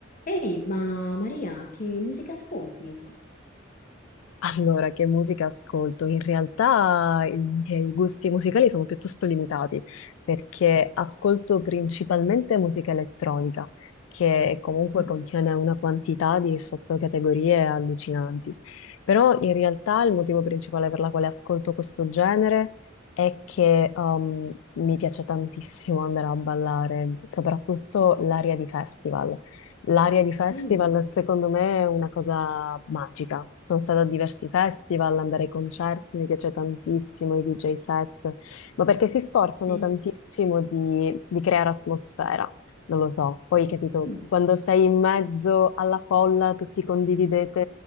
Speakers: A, on the left; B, on the left.
A: Ehi, ma Maria, che musica ascolti?
B: Allora, che musica ascolto? In realtà i miei gusti musicali sono piuttosto limitati perché ascolto principalmente musica elettronica, che comunque
A: Mhm.
B: contiene una quantità di sottocategorie allucinanti. Però in realtà il motivo principale per la quale ascolto questo genere è che um, mi piace tantissimo andare a ballare, soprattutto l'area di festival. L'aria di festival
A: Mm,
B: secondo me è una cosa magica. Sono stata a diversi festival, andare ai concerti, mi piace tantissimo i DJ set, ma perché si sforzano
A: sì.
B: tantissimo di, di creare atmosfera, non lo so. Poi, capito,
A: Mm,
B: quando sei in mezzo alla folla, tutti condividete